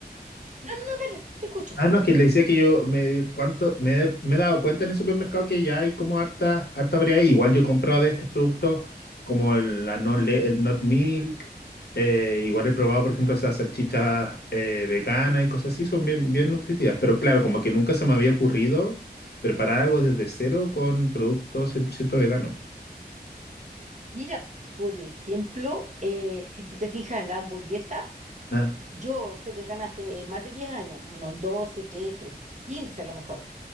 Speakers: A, on the right; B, on the left.
A: No, no, no, dale, te escucho.
B: Ah, no, es que le decía que yo me, cuánto, me, he me he dado cuenta en el supermercado que ya hay como harta, harta variedad. Igual yo he comprado de estos productos como el, la no le- el Not Milk. eh, igual he probado, por ejemplo, esas salchichas eh, veganas y cosas así. Son bien, bien nutritivas. Pero claro, como que nunca se me había ocurrido preparar algo desde cero con productos cien por ciento veganos.
A: Mira, por ejemplo, eh, si tú te fijas en la hamburguesa,
B: Ah,
A: yo soy vegana hace más de 10 años, unos 12, 13, 15 a lo mejor.